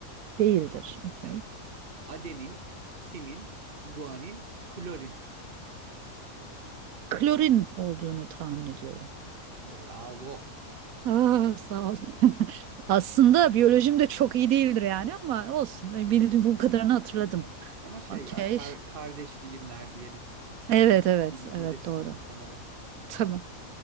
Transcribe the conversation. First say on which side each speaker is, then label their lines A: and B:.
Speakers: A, on the right (about 80°); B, on the right (about 40°).
A: Değildir. Okey.
B: Evet. Adenin, timin, guanin, klorin.
A: Klorin olduğunu tahmin ediyorum.
B: Bravo.
A: Aa, sağ ol. <laughs> Aslında biyolojim de çok iyi değildir yani ama olsun. Bildiğim bu kadarını hatırladım.
B: Evet. Ama şey
A: Okey.
B: ya kar- kardeş bilimler diyelim.
A: Evet evet
B: Bil-
A: evet
B: bilirsin
A: doğru.
B: muhtemelen.
A: Tabii.